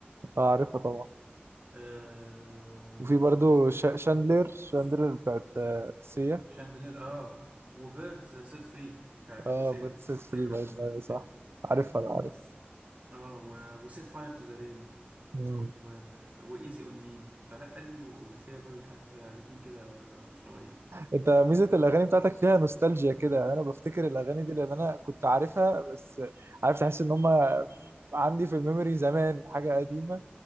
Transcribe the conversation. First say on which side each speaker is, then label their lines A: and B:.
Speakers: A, on the right; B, on the right.
A: آه، عارفها طبعا
B: آه...
A: وفي برضو شا- شاندلر شاندلر بتاعت آه، سيا
B: شاندلير اه وبيردز سيت فري بتاعت
A: اه
B: سيا
A: بتاعت
B: دي
A: سيس
B: تاكل
A: فري برضو
B: لو ما سمعتهاش
A: ايوه صح عارفها انا عارف
B: اه و... وسيت فاير تو ذا رين
A: مم.
B: و... وايزي اون مي فلا ادلي و- وسيا دول حاجه الاتنين كده مش طبيعيين
A: انت ميزه الاغاني بتاعتك فيها نوستالجيا كده يعني انا بفتكر الاغاني دي لان انا كنت عارفها بس عارف تحس ان هم عندي في الميموري زمان حاجه قديمه